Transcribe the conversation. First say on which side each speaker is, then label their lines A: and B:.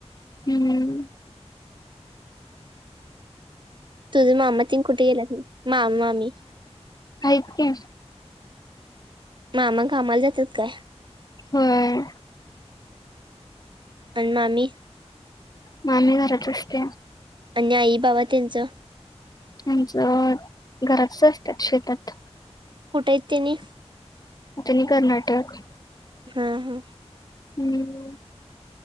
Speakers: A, on the left; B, on the right.
A: हम्म
B: तुझ मामा तिन कुठे गेला मामा मामी
A: हायत की.
B: मामा कामाला जात्यात काय?
A: होय
B: आणि मामी
A: मामी घरात असती या.
B: आणि आई बाबा त्यांचं
A: आमच घरातच असतात शेतात
B: कुठयत त्यांनी.
A: त्यांनी कर्नाटक
B: हा हा
A: हम्म